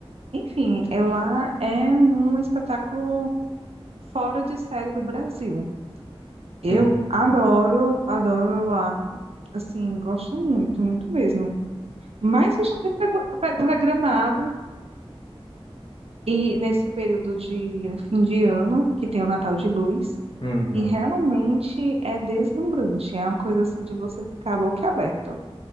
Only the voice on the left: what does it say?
Hum,
hum,
Uhum.